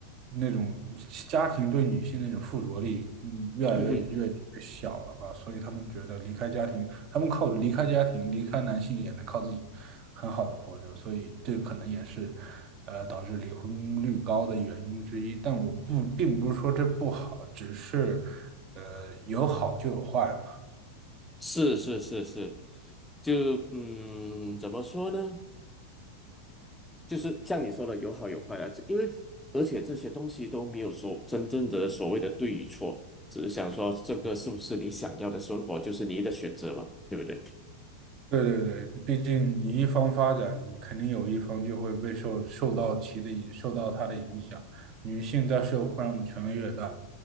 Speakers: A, on the right; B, in the centre.
A: 那种家庭对女性那种附着力，嗯，越来越越越小了吧？
B: 嗯哼，
A: 所以他们觉得离开家庭，他们靠离开家庭，离开男性也能靠自己很好的活着，所以这可能也是。呃，导致离婚率高的原因之一，但我不，并不是说这不好，只是，呃，有好就有坏嘛。
B: 是是是是，就嗯，怎么说呢？就是像你说的，有好有坏啦，这因为而且这些东西都没有说真正的所谓的对与错，只是想说这个是不是你想要的生活，就是你的选择嘛，对不对？
A: 对对对，毕竟你一方发展，你肯定有一方就会被受受到其的影受到它的影响。女性在社会上的权力越大，